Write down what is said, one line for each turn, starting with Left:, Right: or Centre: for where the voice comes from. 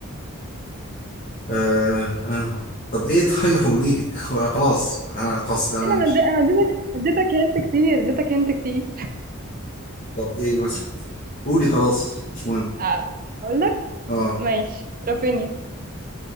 Left: آه آه. طب ايه طيب <laughs> قولي لي خلاص انا خلاص انا
Right: ايه ده، انا
Left: مش
Right: ادي- انا اديتك اديتك هنت كتير اديتك هنت كتير
Left: طب ايه مثلا قولي خلاص مش مهم
Right: أ- اقول لك
Left: اه
Right: ماشي رافينيا